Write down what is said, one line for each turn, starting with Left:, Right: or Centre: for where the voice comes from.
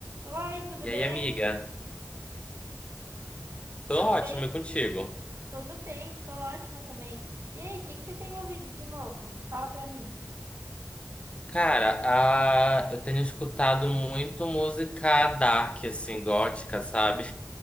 Right: Oi, tudo
Left: E
Right: bem?
Left: aí, amiga? Tô
Right: Tudo
Left: ótimo
Right: bem?
Left: e contigo.
Right: Tudo bem, tô ótima também. E aí, o que que você tem ouvido de novo? Fala pra mim.
Left: Cara, ah, eu tenho escutado muito música dark, assim, gótica, sabe?